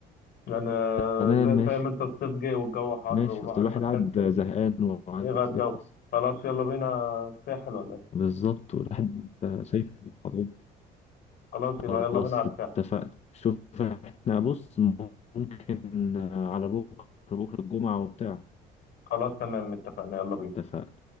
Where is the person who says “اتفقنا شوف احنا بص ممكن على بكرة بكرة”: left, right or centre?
Left